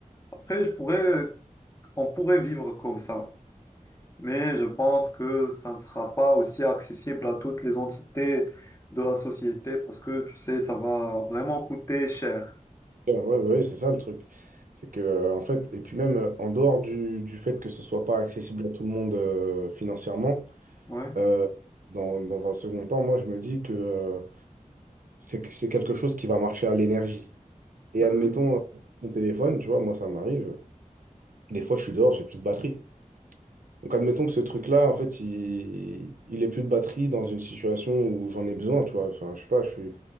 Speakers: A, on the left (about 20°); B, on the right (about 80°).
A: Après, je pourrais on pourrait vivre comme ça, mais je pense que ça ne sera pas aussi accessible à toutes les entités de la société parce que, tu sais, ça va vraiment coûter cher.
B: Ouais, ouais, ouais, c'est ça le truc. C'est que, euh, en fait, et puis même euh, en dehors du, du fait que ce soit pas accessible à tout le monde euh, financièrement,
A: Ouais.
B: euh, dans, dans un second temps, moi, je me dis que euh, c'est que- c'est quelque chose qui va marcher à l'énergie. Et
A: Mhm.
B: admettons, euh, mon téléphone, tu vois, moi, ça m'arrive. Des fois, je suis dehors, j'ai plus de batterie. Donc, admettons que ce truc-là, en fait, il, il ait plus de batterie dans une situation où j'en ai besoin, tu vois. Enfin, je sais pas, je suis,